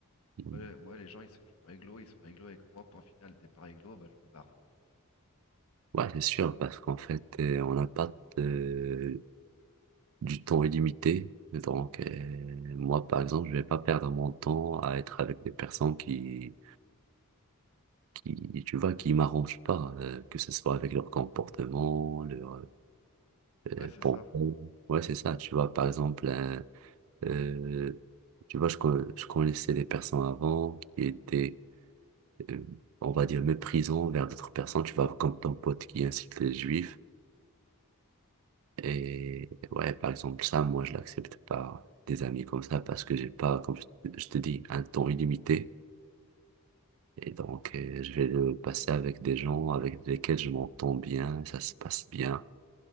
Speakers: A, on the right; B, on the left.
A: Hmm.
B: Moi, les moi, les gens, ils sont je suis réglo, ils sont réglo avec moi, point final, t'es pas réglo, bah, je me barre.
A: Ouais, c'est sûr, parce qu'en fait, euh, on n'a pas de- du temps illimité. Donc, euh, moi, par exemple, je vais pas perdre mon temps à être avec des personnes qui, qui tu vois, qui m'arrangent pas, euh, que ce soit avec leur comportement, leur
B: Ouais,
A: euh,
B: c'est
A: pensée.
B: ça.
A: Ouais, c'est ça. Tu vois, par exemple, un- Euh, tu vois, je, con- je connaissais des personnes avant qui étaient, euh, on va dire, méprisants vers d'autres personnes. Tu vois, comme ton pote qui incite les juifs. Et ouais, par exemple, ça, moi, je l'accepte pas des amis comme ça parce que j'ai pas, comme je te je te dis, un temps illimité. Et donc, euh, je vais le passer avec des gens avec lesquels je m'entends bien, ça se passe bien.